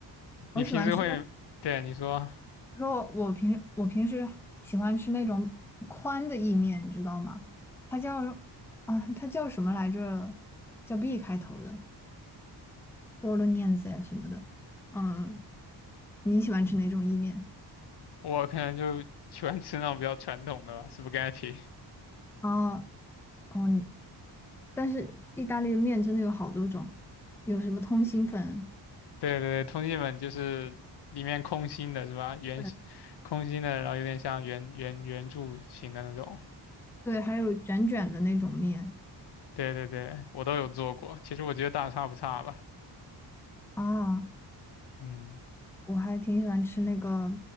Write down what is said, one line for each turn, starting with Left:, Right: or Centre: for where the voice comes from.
Left: 你平时会，
Centre: 我喜欢吃。
Left: 对，你说，
Centre: 我说我平时我平时喜欢吃那种宽的意面，你知道吗？它叫啊，它叫什么来着？叫 B 开头的菠萝 l 子呀什么的。嗯，你喜欢吃哪种意面？
Left: 我可能就喜欢吃那种比较传统的吧，spaghetti。
Centre: 啊，哦，你但是意大利的面真的有好多种，有什么通心粉，
Left: 对对对，通信本就是里面空心的是吧？圆形空心的，
Centre: 对
Left: 然后有点像圆圆圆柱形的那种。
Centre: 对，还有卷卷的那种面
Left: 对对对，我都有做过。其实我觉得大差不差吧。
Centre: 啊。
Left: 嗯
Centre: 我还挺喜欢吃那个，